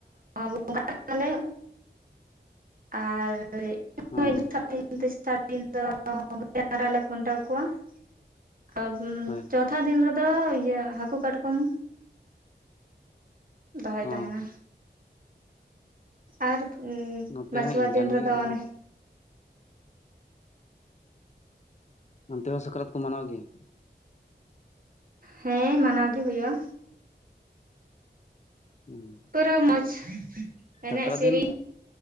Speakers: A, on the right (about 50°); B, on the left (about 40°).
A: ᱵᱚᱸᱜᱟᱜ ᱟᱞᱮ ᱟᱨ, ᱦᱳᱭ,
B: ᱦᱚᱸ
A: <unintelligible> ᱪᱟᱨ ᱫᱤᱱ ᱫᱚ ᱰᱟᱸᱝᱨᱟ ᱞᱮ ᱠᱷᱩᱱᱴᱟᱹᱣ ᱠᱚᱣᱟ, <unintelligible>
B: ᱦᱳᱭ
A: ᱪᱚᱛᱷᱟ ᱫᱤᱱ ᱨᱮᱫᱚ ᱤᱭᱟᱹ ᱦᱟᱹᱠᱩ ᱠᱟᱴᱠᱚᱢ᱾ ᱫᱚᱦᱚᱭ
B: ᱦᱚᱸ
A: ᱛᱟᱦᱮᱱᱟ᱾ ᱟᱨ,
B: ᱱᱚᱛᱮ
A: ᱢᱟᱪᱷᱚᱣᱟ
B: ᱦᱚᱸ ᱤᱱᱠᱟᱱ
A: ᱫᱤᱱ ᱨᱮᱫᱚ
B: ᱜᱮ ᱟᱫᱚ
A: ᱚᱱᱮ,
B: ᱚᱱᱛᱮ ᱦᱚᱸ ᱥᱟᱠᱨᱟᱛ ᱠᱚ ᱢᱟᱱᱟᱣ ᱜᱮᱭᱟ?
A: ᱦᱮᱸ, ᱢᱟᱱᱟᱣ ᱜᱮ ᱦᱩᱭᱩᱜᱼᱟ᱾
B: ᱦᱩᱸ,
A: ᱛᱳᱨᱮᱦᱚ ᱢᱚᱡᱽ, <unintelligible>
B: ᱥᱟᱠᱨᱟᱛ
A: ᱥᱮᱨᱮᱧ
B: ᱫᱤᱱ,